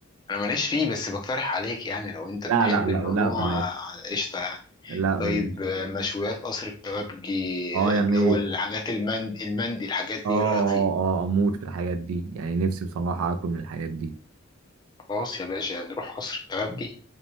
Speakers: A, on the left; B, on the right.
A: انا ماليش فيه بس بقترح عليك يعني لو انت
B: لا
A: بتحب
B: لا لا
A: الموضوع
B: لا بلاش
A: آه، قشطة يعني
B: لا بلاش
A: طيب آه، مشويات قصر الكبابجي
B: اه يعني
A: اللي هو الحاجات المندي المندي الحاجات
B: اه
A: دي
B: اه
A: ايه رأيك فيها
B: اه اموت في الحاجات دي يعني نفسي بصراحة اكل من الحاجات دي
A: خلاص يا باشا نروح قصر الكبابجي